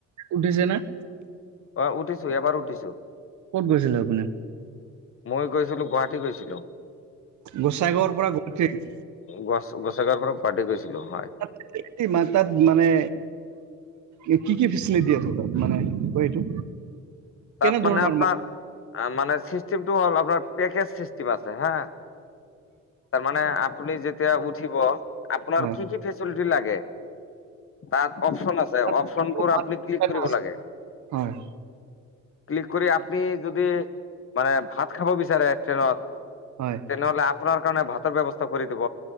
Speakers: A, on the right (about 70°); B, on the left (about 45°).
A: উঠিছে না?
B: অ' উঠিছো! এবাৰ উঠিছো।
A: ক'ত গৈছিলে আপুনি?
B: মই গৈছিলো গুৱাহাটী গৈছিলো।
A: গোসাই গাঁৱৰ পৰা গুৱাহাটী।
B: গোঁসাই গাৱৰ পৰা গুৱাহাটী গৈছিলো হয়।
A: তাত এ মাতাত মানে এ কি কি ফেচিলিটি আছে তাত। মানে কি কয় এইটো? কেনে
B: তাত মানে
A: ধৰণৰ
B: আপোনাৰ মানে চিষ্টেমটো হ'ল আপোনাৰ পেকেজ চিষ্টেম আছে হা! তাৰমানে আপুনি যেতিয়া উঠিব আপোনাৰ
A: হয়
B: কি কি ফেচি লিটি লাগে তাত অপ'চন আছে
A: তাত
B: অপ'চনবোৰ
A: কিবা
B: আপুনি ক্লিক
A: এটা
B: কৰিব
A: আছে।
B: লাগে।
A: হয়।
B: ক্লিক কৰি আপুনি যদি মানে ভাত খাব বিচাৰে ট্ৰেইনত।
A: হয়।
B: তেনেহ'লে আপোনাৰ কাৰণে ভাতৰ ব্যৱস্থা কৰি দিব।